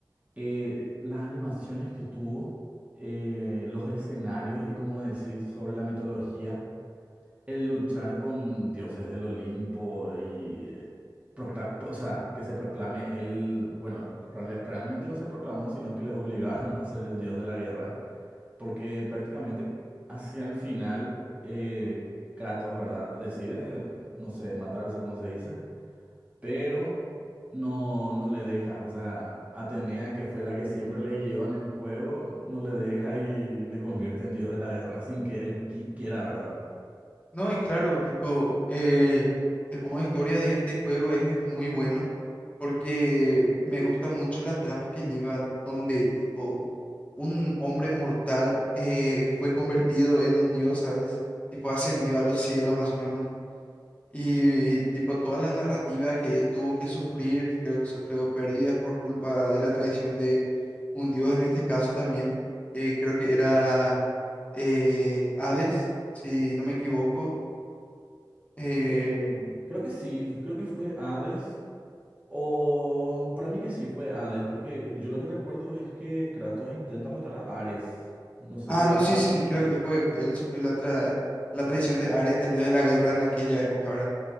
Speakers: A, on the right; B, on the left.
A: eh, las animaciones que tuvo, eh, los escenarios y como decís sobre la mitología, el luchar con dioses del Olimpo y, eh, procla- o sea, que se proclame él, bueno, reale- realmente no se proclamó, sino que le obligaron a ser el dios de la guerra porque prácticamente hacia el final eh, Kratos, ¿verdad? Decide, no sé, matarse, como se dice, pero no, no le deja, o sea, Atenea, que fue la que siempre le guió en el juego, no le deja y le convierte en dios de la guerra sin que él qui- quiera, ¿verdad?
B: No, y claro, tipo, eh, el modo historia de este juego es muy bueno porque me gusta mucho la trama que lleva donde, tipo, un hombre mortal eh, fue convertido en un dios, ¿sabes? Tipo, ascendió a los cielos más o menos. Y tipo toda la narrativa que él tuvo que sufrir, creo que sufrió pérdidas por culpa de la traición de un dios en este caso también, eh, creo que era eh, Hades, si no me equivoco. eh,
A: Eh, creo que sí, creo que fue Hades. O para mí que sí fue Hades, porque yo lo que recuerdo es que Kratos intenta matar a Ares. No sé
B: ah,
A: si
B: no,
A: algo
B: sí, sí, sí,
A: así.
B: creo que fue, fue él sufrió la, tra- la traición de Ares, el dios de la guerra en aquella época, ¿verdad?